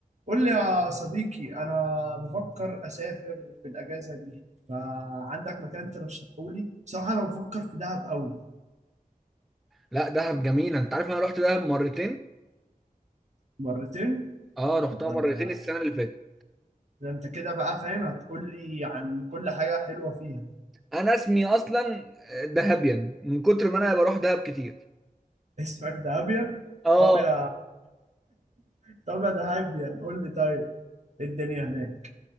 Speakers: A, on the right; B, in the centre.
A: قول لي يا صديقي انا بفكر اسافر في الاجازه دي فعندك مكان ترشحه لي بصراحه انا بفكر في دهب قوي
B: لا دهب جميلة انت عارف انا رحت دهب مرتين
A: مرتين
B: اه رحتها
A: طب ده
B: مرتين
A: انت
B: السنة اللي فاتت
A: ده انت كده بقى فاهم هتقول لي عن كل حاجه حلوه فيها
B: انا اسمي اصلا دهبيان من كتر ما انا بروح دهب كتير
A: <laughs> اسمك دهبيان
B: اه
A: طب يا <laughs> طب يا دهبيان قول لي طيب إيه الدنيا هناك